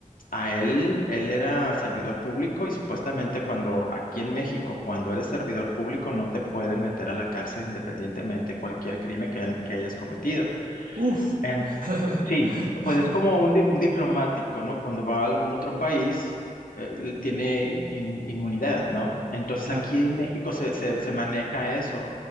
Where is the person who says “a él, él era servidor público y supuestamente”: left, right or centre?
Left